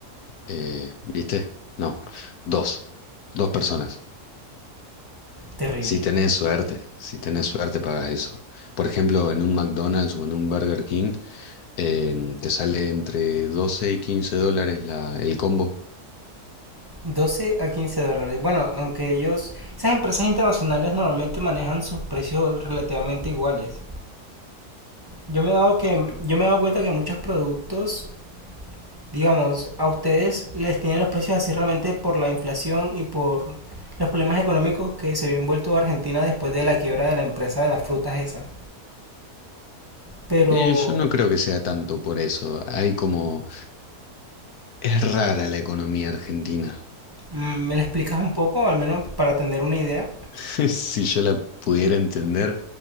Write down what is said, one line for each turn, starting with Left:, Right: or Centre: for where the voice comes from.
Left: Eh, ¿viste? No, dos. Dos personas.
Right: Terrible.
Left: Si tenés suerte, si tenés suerte pagas eso. Por ejemplo, en un McDonald's o en un Burger King Em, te sale entre 12 y 15 dólares la, el combo.
Right: Doce a 15 dólares. Bueno, aunque ellos, esas empresas internacionales normalmente manejan sus precios relativamente iguales. Yo me he dado que, yo me he dado cuenta que muchos productos, digamos, a ustedes les tienen los precios así realmente por la inflación y por los problemas económicos que se había envuelto Argentina después de la quiebra de la empresa de las frutas esas. Pero,
Left: Y yo no creo que sea tanto por eso. Hay como... Es rara la economía argentina.
Right: mm, ¿me la explicas un poco, al menos para tener una idea?
Left: <laughs> Si yo la pudiera entender.